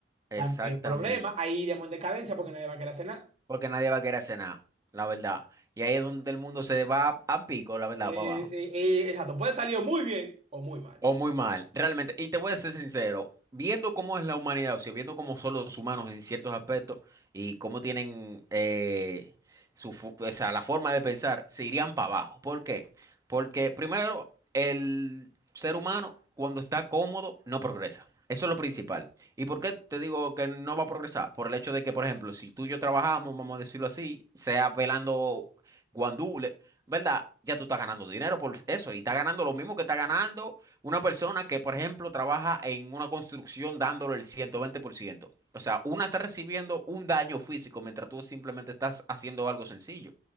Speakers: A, on the right; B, on the right.
A: Exactamente.
B: También un problema, ahí iremos en decadencia porque nadie va a querer hacer nada.
A: Porque nadie va a querer hacer nada, la verdad. Y ahí es donde el mundo se va a, a pico, la verdad,
B: Eh,
A: para abajo.
B: eh, eh, exacto, puede salir o muy bien o muy mal.
A: O muy mal, realmente. Y te voy a ser sincero, viendo cómo es la humanidad, o sea, viendo cómo son los humanos en ciertos aspectos y cómo tienen eh, su, fu- o sea, la forma de pensar, se irían para abajo. ¿Por qué? Porque primero, el ser humano, cuando está cómodo, no progresa. Eso es lo principal. ¿Y por qué te digo que no va a progresar? Por el hecho de que, por ejemplo, si tú y yo trabajamos, vamos a decirlo así, sea velando guandule, ¿verdad? Ya tú estás ganando dinero por eso y estás ganando lo mismo que estás ganando una persona que, por ejemplo, trabaja en una construcción dándole el ciento veinte por ciento, O sea, una está recibiendo un daño físico mientras tú simplemente estás haciendo algo sencillo.